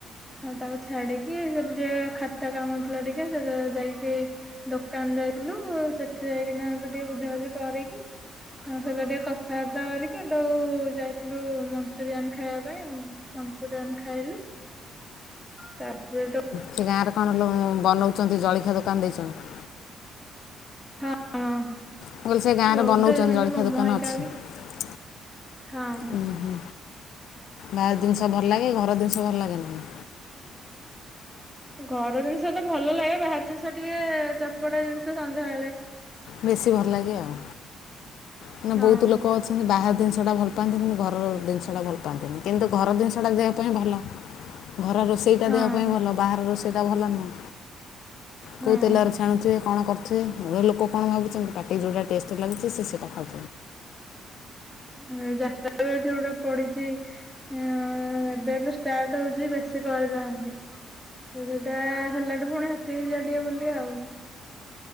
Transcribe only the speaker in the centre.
ହଁ ତାକୁ ଛାଡିକ କି ସେଠ ଟିକେ ଖାତା କାମ ଥିଲା ଟିକେ ସେଟ ଯାଇକି ଦୋକାନ ଯାଇଥିଲୁ ସେଠି ଯାଇକିନା ଟିକେ ବୁଝାବୁଝି କରିକି ଆ ସେଟା ଟିକେ କଥାବାର୍ତ୍ତା କରିକି ଯାଇଥିଲୁ ମଞ୍ଚୁରିଆନ ଖାଇବା ପାଇଁ ଆ ମଞ୍ଚୁରିଆନ୍ ଖାଇଲୁ। ତାପରେ ଗୋଟେ <unintelligible>
ହଁ।
ବହୁତ
ଦେଇଛନ୍ତି
ମୋମୋ
ହେଇକା
ବି ହଁ
ଘର ଜିନିଷ ତ ଭଲ ଲାଗେ ବାହାର ଜିନିଷ ଟିକେ ଚଟପଟା ଜିନିଷ ସନ୍ଧ୍ୟା ବେଳେ
ହଁ
ହଁ
ହଁ
ହୁଁ ଯାତ ଯୋଉଟା ପଡିଛି ଏବେ ବି ଷ୍ଟାର୍ଟ ହଉଛି ବେଶୀ କରିଥାନ୍ତି ତ ସେଇଟା ହେଲାଠୁ ପୁଣି ହାତକି ଯିବା ଟିକେ ବୁଲ ଆଉ।